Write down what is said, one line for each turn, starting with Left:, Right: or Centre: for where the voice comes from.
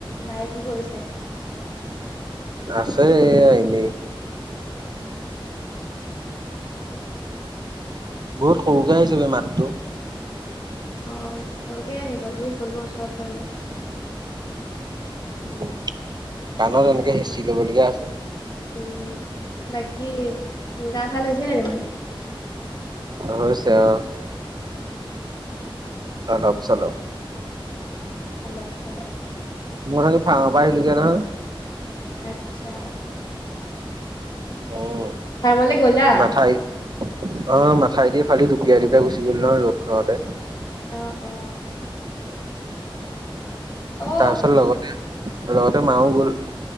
Left: বায়ে কি কৰিছে।
Right: আছে এনে। বহুত হৰোকে আহিছে মাতটো।
Left: অ সৰুকে আহিব তুমি ফোনটো ওচৰত লৈ লোৱা।
Right: উম কাণত এনেকে হেঁচি লব লগীয়া আছে।
Left: উম বাকী গা ভাল হৈছে নে তোমাৰ।
Right: হৈছে অ। অলপ চলপ।
Left: অলপ চলপ।
Right: মোৰ খি ফা প আহিলো কে নহয়।
Left: আত্ছা।
Right: উম,
Left: কমলে গ'লা।
Right: মাথাউৰি অ মাথাইদি ফালি দুপিয়াই দুপিয়াই গুচি গল নহ ৰ'দ খতে।
Left: অ অ অ
Right: তাৰপিছত লগতে লগতে মাও গল।